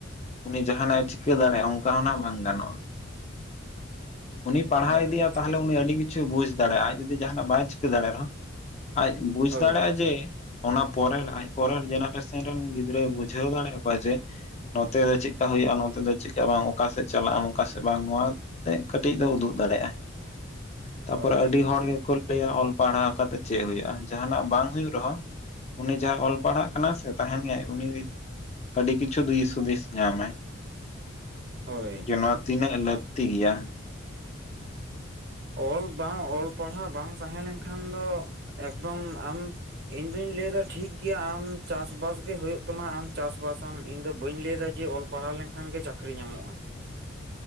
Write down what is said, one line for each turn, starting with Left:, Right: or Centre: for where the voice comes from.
Left: ᱩᱱᱤ ᱡᱟᱦᱟᱸᱱᱟᱜ ᱮ ᱪᱤᱠᱟᱹ ᱫᱟᱲᱮᱭᱟᱜ-ᱟ ᱚᱝᱠᱟ ᱦᱚᱸ ᱱᱟᱦᱟᱜ ᱵᱟᱝ ᱜᱟᱱᱚᱜ-ᱟ᱾ ᱩᱱᱤ ᱯᱟᱲᱦᱟᱣ
Right: ᱦᱳᱭ
Left: ᱤᱫᱤᱭᱟ ᱛᱟᱦᱚᱞᱮ ᱩᱱᱤ ᱟᱹᱰᱤ ᱠᱤᱪᱷᱩ ᱵᱩᱡᱽ ᱫᱟᱲᱮᱜ-ᱟ ᱟᱡ ᱡᱩᱫᱤ ᱡᱟᱦᱟᱸᱱᱟᱜ ᱵᱟᱭ ᱪᱤᱠᱟᱹ ᱫᱟᱲᱮᱭᱟᱜ ᱨᱮᱦᱚᱸ ᱟᱡ ᱵᱩᱡᱽ
Right: ᱦᱳᱭ
Left: ᱫᱟᱲᱮᱜ-ᱟᱭ ᱡᱮ ᱚᱱᱟ ᱯᱚᱨᱮᱨ ᱟᱡ ᱯᱚᱨᱮᱨ ᱡᱮᱱᱟᱨᱮᱥᱟᱱ ᱨᱮᱱ ᱜᱤᱫᱽᱨᱟᱹᱭ ᱵᱩᱡᱷᱟᱹᱣ ᱫᱟᱲᱮᱭᱟ ᱠᱚᱣᱟ ᱡᱮ ᱱᱚᱛᱮ ᱫᱚ ᱪᱮᱫᱠᱟ ᱦᱩᱭᱩᱜ-ᱟ ᱱᱚᱛᱮ ᱫᱚ ᱪᱮᱫᱠᱟ ᱵᱟᱝ, ᱚᱠᱟ ᱥᱮᱫ ᱪᱟᱞᱟᱜ ᱟᱢ ᱚᱠᱟ ᱥᱮ ᱵᱟᱝ ᱱᱚᱣᱟ ᱛᱮᱫ ᱠᱟᱹᱴᱤᱡ ᱫᱚ ᱩᱫᱩᱜ ᱫᱟᱲᱮᱜ-ᱟᱭ᱾ ᱛᱟᱯᱚᱨᱮ
Right: ᱦᱳᱭ
Left: ᱟᱹᱰᱤ ᱦᱚᱲ ᱜᱮ ᱠᱚ ᱞᱟᱹᱭᱟ ᱚᱞ ᱯᱟᱲᱦᱟᱣ ᱠᱟᱛᱮ ᱪᱮᱫ ᱦᱩᱭᱩᱜᱼᱟ, ᱡᱟᱦᱟᱸᱱᱟᱜ ᱵᱟᱝ ᱦᱩᱭᱩᱜ ᱨᱮᱦᱚᱸ ᱩᱱᱤ ᱡᱟᱦᱟᱸᱭ ᱚᱞ ᱯᱟᱲᱦᱟᱜ ᱠᱟᱱᱟᱭ ᱥᱮ ᱛᱟᱦᱮᱸᱱ ᱜᱮᱭᱟᱭ ᱩᱱᱤ ᱟᱹᱰᱤ ᱠᱤᱪᱷᱩ ᱫᱤᱥ ᱦᱩᱫᱤᱥ ᱧᱟᱢᱟᱭ᱾
Right: ᱦᱳᱭ
Left: ᱡᱮ ᱱᱚᱣᱟ ᱛᱤᱱᱟᱹᱜ ᱞᱟᱹᱠᱛᱤ ᱜᱮᱭᱟ᱾
Right: ᱚᱞ ᱵᱟᱝ ᱚᱞ ᱯᱟᱲᱦᱟᱣ ᱵᱟᱝ ᱛᱟᱦᱮᱸ ᱞᱮᱱᱠᱷᱟᱱ ᱫᱚ ᱮᱠᱫᱚᱢ ᱟᱢ ᱤᱧᱫᱩᱧ ᱞᱟᱹᱭᱮᱫᱟ ᱴᱷᱤᱠ ᱜᱮᱭᱟ ᱟᱢ ᱪᱟᱥ ᱵᱟᱥ ᱜᱮ ᱦᱩᱭᱩᱜ ᱛᱟᱢᱟ ᱟᱢ ᱪᱟᱥ ᱵᱟᱥ ᱟᱢ ᱤᱧᱫᱚ ᱵᱟᱹᱧ ᱞᱟᱹᱭ ᱫᱟ ᱡᱮ ᱚᱞ ᱯᱟᱲᱦᱟᱣ ᱞᱮᱱᱠᱷᱟᱱ ᱜᱮ ᱪᱟᱠᱨᱤ ᱧᱟᱢᱚᱜᱼᱟ᱾
Left: <unintelligible>